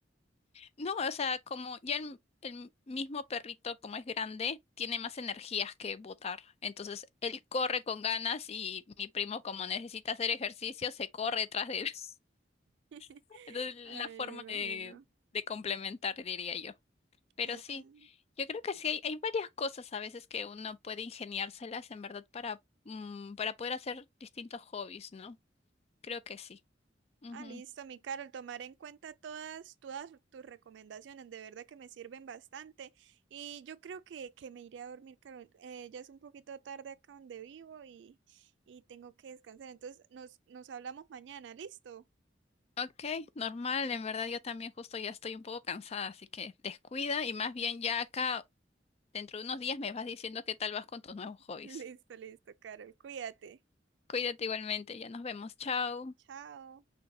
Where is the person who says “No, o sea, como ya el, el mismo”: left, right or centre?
Left